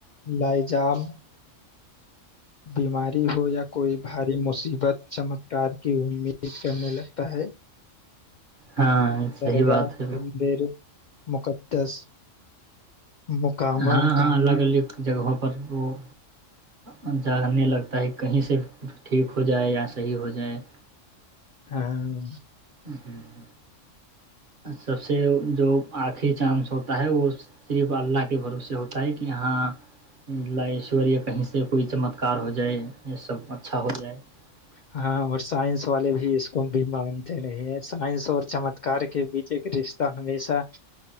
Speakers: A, on the left; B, on the right.
A: لاجام <unintelligible> بیماری ہو یا کوئی بھاری مصیبت چمتکار کی امید کرنے لگتا ہے <unintelligible>
B: ہاں صحی
A: درگاہ
B: بات ہے
A: مندر مقدس مقامات
B: ہاں ہاں الگ الگ جگہوں پر وہ <unintelligible> جاننے لگتا ہے کہیں سے ٹھیک ہو جائے یا صحیح ہو جائے <unintelligible>
A: ہاں <unintelligible>
B: ہوں <unintelligible> سب سے جو آخری چانس ہوتا ہے وہ صرف اللہ کے بھروسے ہوتا ہے کہ ہاں ل ایشوریہ کہیں سے کوئی چمتکار ہو جائے یہ سب اچھا ہو جائے <unintelligible>
A: ہاں اور سائنس والے بھی اس کو بھی مانتے نہیں ہیں سائنس اور چمتکار کے بیچ <unintelligible> کا رشتہ ہمیشہ